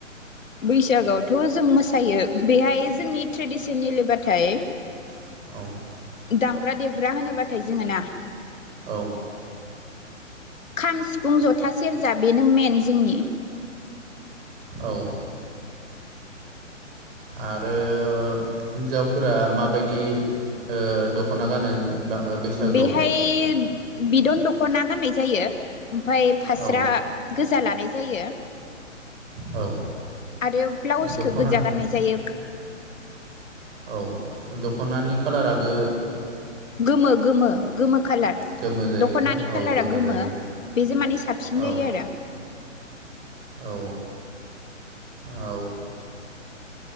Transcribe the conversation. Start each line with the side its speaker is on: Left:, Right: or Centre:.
Left: बैसागआवथ' जों मोसायो बेहाय जोंनि ट्रेडिसन एलेबाथाय।
Right: <inaudible>
Left: दामग्रा देबग्रा होनोब्लाथाय जोङो ना?
Right: औ।
Left: खाम सिफुं जथा सेरजा बेनो मेन जोंनि।
Right: औ। आरो हिन्जावफोरा माबायदि ओ दख'ना गानो। बा बैसागोआव
Left: बेहाय बिद'न दख खना गाननाय जायो। ओमफाय फास्रा
Right: औ
Left: गोजा लानाय जा जायो।
Right: औ
Left: आरो ब्लाउसखो
Right: दख'ना
Left: गोजा गाननाय जायो।
Right: औ दख'नानि खाालाराबो।
Left: गोमो गोमो गोमो खाालार
Right: गोमो जायो
Left: दख'नानि
Right: औ
Left: खालारा गोमो
Right: जायो
Left: बेजो माने साबसिन
Right: औ
Left: जायो आरो।
Right: औ औ